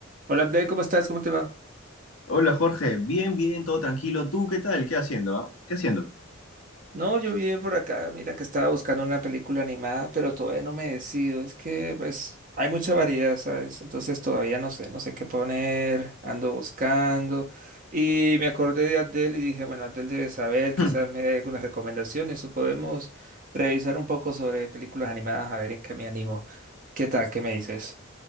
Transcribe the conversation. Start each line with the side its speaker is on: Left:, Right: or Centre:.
Right: Hola Abdel, ¿cómo estás? ¿Cómo te va?
Left: Hola Jorge, bien, bien, todo tranquilo. ¿Tú qué tal? ¿Qué haciendo? ah? ¿Qué haciendo?
Right: No, yo bien por acá. Mira que estaba buscando una película animada, pero todavía no me decido. Es que, pues, hay mucha variedad, ¿sabes? Entonces todavía no sé, no sé qué poner. Ando buscando. Y me acordé de Abdel y dije, bueno, Abdel debe saber, quizás
Left: <clears throat>
Right: me dé algunas recomendaciones o podemos revisar un poco sobre películas animadas a ver en qué me animo. ¿Qué tal? ¿Qué me dices?